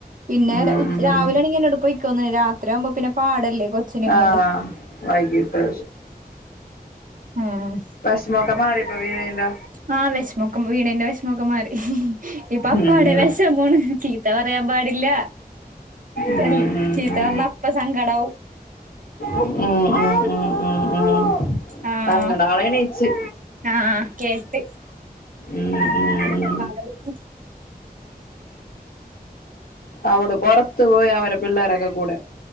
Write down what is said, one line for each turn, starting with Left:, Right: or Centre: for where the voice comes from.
Right: പിന്നെ
Left: ഉം
Right: രാ ഉച്ച്
Left: ഉം
Right: രാവിലെ ആണെങ്കി എന്നോട് പൊയ് ക്കോന്ന് രാത്രി ആവുമ്പോ പിന്നെ പാടല്ലേ കൊച്ചിനേം
Left: ആഹ്
Right: കൊണ്ട്.
Left: വൈകിട്ട്
Right: ഉം
Left: വെഷമൊക്കെ മാറിപ്പ വിണെന്റെ
Right: ആഹ് വെഷമൊക്കെ വിണേന്റെ വെഷമൊക്കെ മാറി ഇപ്പ അപ്പാടെ
Left: ഉം
Right: വെഷമാണ് ചിത് ചീത്ത പറയാൻ പാടില്ല
Left: ഉം
Right: തല്ലാ ചീത്ത
Left: ഉം
Right: പറഞ്ഞാ അപ്പ സങ്കടാവും
Left: ഉം ഉം ഉം ഉം ഉം
Right: ആഹ്
Left: അങ്ങനെ ആള് എണീച്ച്
Right: ആഹ് കേട്ട്
Left: ഉം ഉം ഉം
Right: പാലൊടുക്ക്
Left: അവള് പൊറത്തു പോയി അവരെ പിള്ളേരൊക്കെ കൂടെ